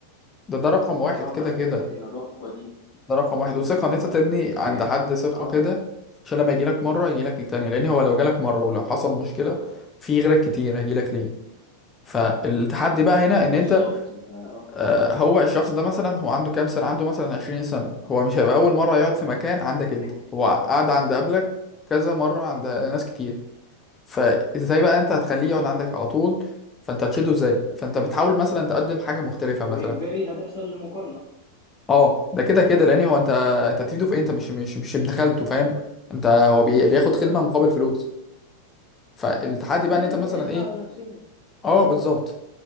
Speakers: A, on the left (about 20°); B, on the left (about 40°).
A: ده ده رقم
B: هي
A: واحد
B: صعبة
A: كده
B: عشان
A: كده
B: حتة النظافة دي
A: ده رقم
B: عشان
A: واحد وثقة
B: م-
A: ان انت تبني
B: م- انت
A: عند
B: فاهم
A: حد ثقة
B: اه
A: كده عشان لما يجيلك مرة يجيلك التانية لان هو لو جالك مرة ولو حصل مشكلة في غيرك كتير هيجيلك ليه فالتحدي بقى هنا
B: بالظبط
A: ان انت
B: انت اه
A: آه، هو الشخص ده مثلا هو عنده كام سنة عنده مثلا 20 سنة هو مش هيبقى اول مرة يقعد في مكان عندك
B: ماشي
A: انت هو قعد عند قبلك كذا مرة عند ناس كتير فازاي بقى انت هتخليه
B: مم.
A: يقعد عندك على طول فانت هتشده ازاي فانت بتحاول مثلا تقدم حاجة مختلفة
B: وإجباري
A: مثلا
B: هتحصل المقارنة
A: اه ده كده كده لان هو انت انت
B: مم.
A: هتفيده في ايه انت مش مش مش بدخلته فاهم انت هو بي- بياخد
B: بالظبط
A: خدمه مقابل
B: اه
A: فلوس فالتحدي
B: زي
A: بقى ان انت
B: ما
A: مثلا
B: بنقيسها
A: ايه
B: على نفسنا
A: اه بالظبط